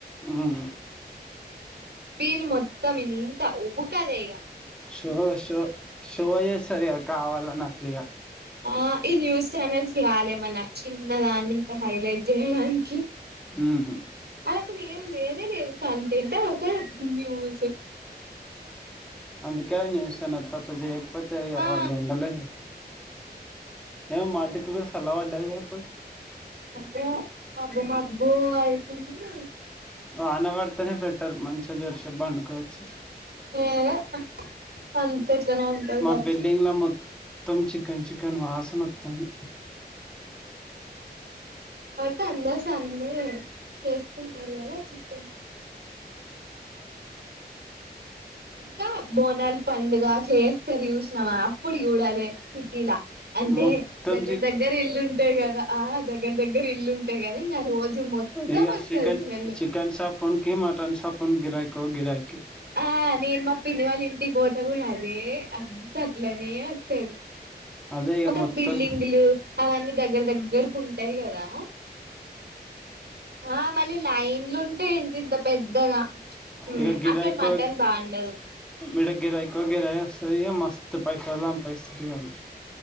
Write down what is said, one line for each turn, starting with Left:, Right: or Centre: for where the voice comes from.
Centre: ఉమ్
Right: బీల్ మొత్తం ఇంత ఉఊకద ఈగ
Centre: షో షో షో చేస్తది అక్క కావాలని అట్లుగా
Right: ఆ ఈ న్యూస్ ఛానెల్స్ కాలేమన చిన్న దాన్నింత ఇంత హైలైట్ జయడానికి
Centre: ఉమ్
Right: అది అసలు ఏం లేనే లేదు కంటెంట్ అది ఒక న్యూస్
Centre: అందుకే అవి న్యూస్ చానెల్స్ అట్లా చేయకపోతే
Right: ఆ
Centre: వాళ్ళు ఉండలేరు ఏ మాటికు కూడా సల్ల పడ్డాది గా ఇప్పుడు
Right: అంటే మబ్బు మబ్బు అయితుంది
Centre: వా వాన పడితేనే పెట్టరు మంచిగా జోరిసే వండుకోవచ్చు
Right: ఏదో అంత ఇట్లనే ఉంటది
Centre: మా
Right: పరిస్థితి
Centre: బిల్డింగ్ లో మొత్తం చి చికెన్ చికన్ వాసనత్తాంది
Right: సండేస్ అందరూ చేసుకుంటారు కదా చికెన్ ఇంకా బోనలు పండుగ చేస్తారు చూ సినవా అప్పుడు చూడాలి సిటీలా అంటే
Centre: మొత్తం
Right: దగ్గర దగ్గర ఇల్లుంటాయి కదా దగ్గర దగ్గర ఇల్లుంటాయి కదా ఇంకా రోజు మొత్తం
Centre: ఇకా
Right: వస్తది
Centre: చికెన్
Right: స్మెల్
Centre: చికెన్ సాపున్కి మటన్ సాప్ నికి గిరాయికొ గిరాయికి
Right: ఆ నేను మ పిన్ని వాల్ ఇంటికి పోతే కూడ అది ఏ అద్ అట్లనే అస్తది
Centre: అదే ఇక
Right: మత్తం
Centre: మొత్తం
Right: బిల్డింగులు అవన్నీ దగ్గర దగ్గరకు ఉంటాయి కదా ఆ మళ్ళీ లైన్లుంటయ్ ఇంత ఇంత పెద్దగా ఉమ్,
Centre: ఇక గిరాయికు
Right: అక్కడ మటన్ బాగుండదు
Centre: ఇడ గిరాయికువ గిరా అస్తది ఇగ మస్ తు పైసల్ సంపాదిస్తరు ఇగ ఆళ్ళు